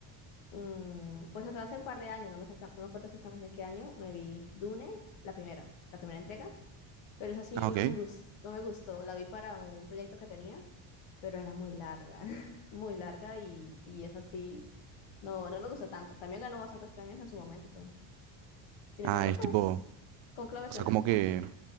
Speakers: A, on the left; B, on the right.
A: mm, pues fue hace un par de años, no me, exacta- no me acuerdo exactamente en qué año, me vi Dune, la primera, la primera entrega, pero esa sí
B: Ah, ok.
A: no me gustó, no me gustó, la vi para un proyecto que tenía pero era muy larga, <laughs> muy larga y, y es así, no, no me gustó tanto. También ganó bastantes premios en su momento. Sin
B: Ah,
A: embargo,
B: es
A: pues,
B: tipo...
A: Conclave
B: O
A: suena
B: sea, como que
A: más,